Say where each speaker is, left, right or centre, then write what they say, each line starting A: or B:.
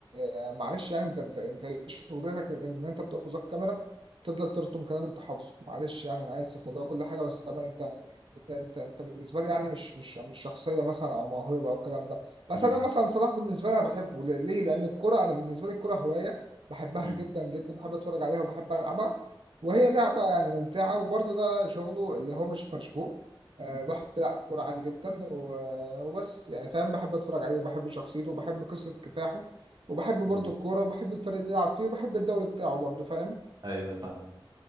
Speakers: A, on the right; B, on the right.
A: آه، معلش يعني انت انت انت ايه شغلتك غير ان انت بتقف قصاد كاميرا تفضل ترسم كلام انت حافظه معلش يعني انا اسف والله كل حاجه بس طبعا انت انت انت انت بالنسبه لي يعني مش مش مش شخصيه مثلا او موهبه او الكلام ده بس
B: امم
A: انا مثلا صلاح بالنسبه لي انا بحبه ليه؟ ليه؟ لان الكره انا بالنسبه لي الكره هوايه بحبها
B: امم
A: جدا جدا بحب اتفرج عليها وبحب العبها وهي لعبه يعني ممتعه وبرضه ده شغله اللي هو مش مشبوه آه، راح بيلعب كورة عادي جدا و- وبس يعني فاهم بحب اتفرج عليه وبحب شخصيته وبحب قصة كفاحه وبحب برضو
B: امم
A: الكورة وبحب الفريق اللي بيلعب فيه وبحب الدوري بتاعه برضو فاهم
B: ايوه فاهم